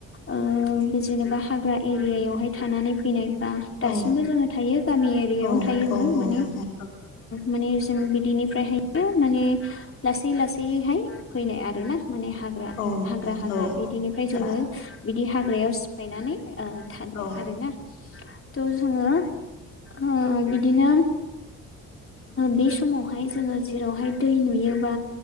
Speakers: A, on the left (about 30°); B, on the left (about 85°).
A: उम जेनेबा हाग्रा एरियायावहाय थानानै फैनाय बा दासिमबो
B: औ
A: जोङो थायो गामि एरियायावनो
B: औ
A: थायो जों
B: औ औ
A: माने
B: नोंथां
A: माने जों बिदिनिफ्रायहाय माने लासै लासैैहाय फैनाय आरो ना माने हाग्रा
B: औ नोंथां
A: हाग्रा हाग्रा
B: औ
A: बिदिनिफ्राय
B: औ
A: जोङो
B: औ
A: बिदि हाग्रायाव सिफायनानै थाग्रा
B: औ
A: आरोना थ' जोंङो। अ बिदिनो बे समावहाय जोङो जेरावहाय दै नुयोबा